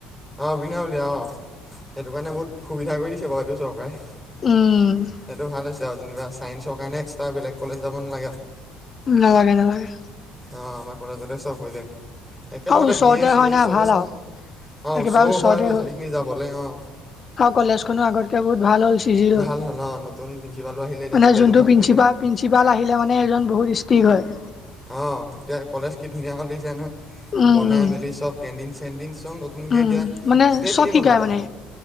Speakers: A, in the centre; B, on the left (about 40°).
A: অ বিনামূলীয়া অ সেইটো কাৰণে বহুত সুবিধা কৰি দিছে বাৰু এইটো চৰকাৰে। সেইটো
B: উম
A: ভাল হৈছে আৰু যেনিবা চাইন্সৰ কাৰণে এক্সট্ৰা বেলেগ কলেজ যাব নালাগে আও।
B: নালাগে নালাগে।
A: অঁ আমাৰ কলেজতে চব হৈ যায়, একেলগতে
B: আৰু ওচৰতে
A: বি এ চি
B: হয়
A: এ
B: না
A: চব
B: ভাল
A: আছে
B: আৰু
A: ন। অ
B: একেবাৰে
A: ওচৰো
B: ওচৰতে
A: হয় ল'ৰা
B: হ'ল
A: ছোৱালীখিনি যাবলে অঁ।
B: আৰু কলেজখনো আগতকে বহুত ভাল হ'ল চিজিল হল।
A: ভাল অ' নতুন প্ৰিঞ্চিপালো আহিলে এতিয়া
B: মানে
A: কলেজো
B: যোনটো
A: ভাল
B: প্ৰিন্ঞ্চিপাল-
A: কৰিলে
B: প্ৰিন্ঞ্চিপাল আহিলে মানে এজন বহুত ষ্ট্ৰিক হয়।
A: অঁ এতিয়া কলেজ কি ধুনীয়া হল দেখিছা নহয়
B: উম
A: বনাই
B: উম
A: মেলি চব কেণ্টিন চেণ্টিন চব- নতুনকে
B: উম
A: এতিয়া
B: মানে
A: গোটেইখিনি
B: চব
A: বনালে,
B: শিকায় মানে